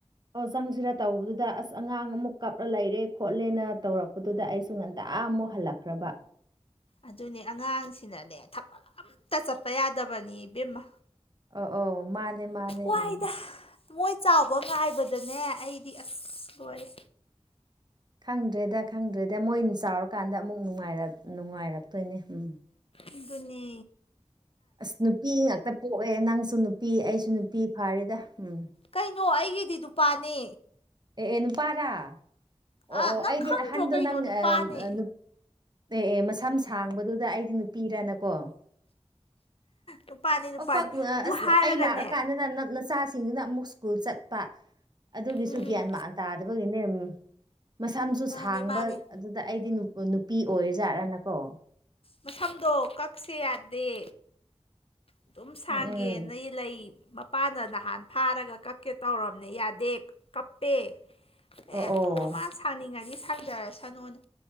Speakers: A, on the right; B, on the left.
A: ꯑꯣ ꯆꯪꯁꯤꯔ ꯇꯧꯕꯗꯨꯗ ꯑꯁ ꯑꯁ ꯑꯉꯥꯡ ꯑꯃꯨꯛ ꯀꯞꯂ ꯂꯩꯔꯦ ꯈꯣꯠꯂꯦꯅ ꯇꯧꯔꯛꯄꯗꯨꯗ ꯑꯩꯁꯨ ꯉꯟꯇꯥ ꯑꯃꯨꯛ ꯍꯜꯂꯛꯈ꯭ꯔꯕ
B: ꯑꯗꯨꯅꯦ ꯑꯉꯥꯡꯁꯤꯅꯅꯦ ꯊꯄꯜ ꯑꯝꯇ ꯆꯠꯄ ꯌꯥꯗꯕꯅꯤ ꯏꯕꯦꯝꯃ
A: ꯑ ꯑ ꯃꯥꯅꯦ ꯃꯥꯅꯦ
B: ꯋꯥꯏꯗ
A: ꯎꯝ
B: ꯃꯣꯏ ꯆꯥꯎꯕ ꯉꯥꯏꯕꯗꯅꯦ ꯑꯩꯗꯤ ꯑꯁ ꯂꯣꯏꯔꯦ
A: ꯈꯪꯗ꯭ꯔꯦꯗ ꯈꯪꯗ꯭ꯔꯦꯗ ꯃꯣꯏꯅ ꯆꯥꯎꯔꯀꯥꯟꯗ ꯑꯃꯨꯛ ꯅꯨꯡꯉꯥꯏꯔꯛꯇꯣꯏꯅꯦ ꯎꯝ
B: ꯑꯗꯨꯅꯤ
A: ꯑꯁ ꯅꯨꯄꯤ ꯉꯥꯛꯇ ꯄꯣꯛꯑꯦ ꯅꯪꯁꯨ ꯅꯨꯄꯤ ꯑꯩꯁꯨ ꯅꯨꯄꯤ ꯐꯥꯔꯤꯗ ꯎꯝ
B: ꯀꯩꯅꯣ ꯑꯩꯒꯤꯗꯤ ꯅꯨꯄꯥꯅꯦ
A: ꯑꯦ ꯑꯦ ꯅꯨꯄꯥꯔꯥ ꯑꯣ
B: ꯑꯥ
A: ꯑꯣ
B: ꯅꯪ
A: ꯑꯩꯗꯤ
B: ꯈꯪꯗ꯭ꯔꯣ
A: ꯑꯍꯟꯗꯣ
B: ꯀꯩꯅꯣ
A: ꯅꯪ ꯑꯦ
B: ꯅꯨꯄꯥꯅꯦ
A: ꯑꯦ ꯃꯁꯝ ꯁꯥꯡꯕꯗꯨꯗ ꯑꯩꯗꯤ ꯅꯨꯄꯤꯔꯅꯀꯣ
B: ꯅꯨꯄꯥꯅꯦ
A: ꯄꯥꯛ
B: ꯅꯨꯄꯥꯅꯦ
A: ꯄꯥꯛ
B: ꯑꯗꯨ
A: ꯑꯁ
B: ꯍꯥꯏꯔꯒꯅꯦ
A: ꯑꯩ ꯂꯥꯛꯑꯀꯥꯟꯗꯅ ꯅꯛꯅꯆꯥ ꯁꯤꯡꯗꯨꯅ ꯑꯃꯨꯛ ꯁ꯭ꯀꯨꯜ ꯆꯠꯄ ꯑꯗꯨꯒꯤꯁꯨ
B: ꯎꯝ
A: ꯒ꯭ꯌꯥꯟ ꯃꯥꯟ ꯇꯥꯗꯕꯒꯤꯅꯦ ꯃꯁꯥ ꯃꯁꯨ
B: ꯃꯥꯅꯦ
A: ꯁꯥꯡꯕ
B: ꯃꯥꯅꯦ
A: ꯑꯗꯨꯗ ꯑꯩꯗꯤ ꯅꯨꯄꯤ ꯑꯣꯏꯖꯥꯠꯅꯀꯣ
B: ꯃꯁꯝꯗꯣ ꯀꯛꯁꯦ ꯌꯥꯗꯦ ꯑꯗꯨꯝ ꯁꯥꯡꯒꯦꯅ
A: ꯎꯝ ꯎꯝ
B: ꯂꯩ ꯃꯄꯥꯟꯅ ꯅꯍꯥꯟ ꯐꯥꯔꯒ ꯀꯛꯀꯦ ꯇꯧꯔꯕꯅꯦ ꯌꯥꯗꯦ ꯀꯞꯄꯦ
A: ꯑꯣ
B: ꯑꯦ ꯇꯨ ꯃꯥ ꯁꯥꯡꯅꯤꯡꯉꯗꯤ ꯁꯥꯡꯖꯔꯁꯅꯨꯅ